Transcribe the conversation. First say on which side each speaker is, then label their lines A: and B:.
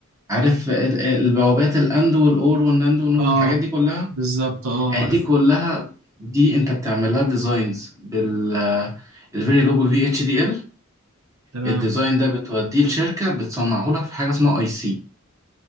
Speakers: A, on the right; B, on the right.
A: عارف ال- ال- البوابات الأند والأور والناند والنور
B: اه
A: الحاجات دي كلها
B: بالظبط اه
A: آه،
B: عرفت
A: دي كلها دي أنت بتعملها ديزاينز بال آه، الفيري لوجو في اتش دي ال
B: تمام
A: الديزاين ده بتوديه لشركة بتصنعه لك في حاجة اسمها اي سي